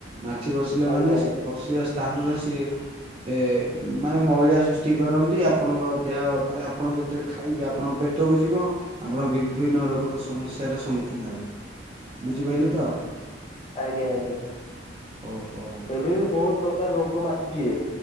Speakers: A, on the right; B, on the left.
A: ମାଛି ବସିଲା
B: ଆଜ୍ଞା
A: ମାନେ
B: ଆଜ୍ଞା
A: ସେ ବସିବା। ସ୍ଥାନରେ ସିଏ ଏ ମାନେ ମଇଳା ସୃଷ୍ଟି କରନ୍ତି ଆପଣଙ୍କ। ଦେହ ମାନେ ଆପଣ ଯେତେଳେ ଖାଇବେ ଆପଣଙ୍କ ପେଟକୁ ଯିବ ଆପଣ ବି ବିଭିନ୍ନ ରୋଗର ସମସ୍ୟାର ସମ୍ମୁଖୀନ ହେବେ ବୁଝିପାଇଲେ ତ।
B: ଆଜ୍ଞା ଆଜ୍ଞା ଏଠି
A: ଓହୋ
B: ବି ବହୁତ ପ୍ରକାର ରୋଗ ମାତୁଛିି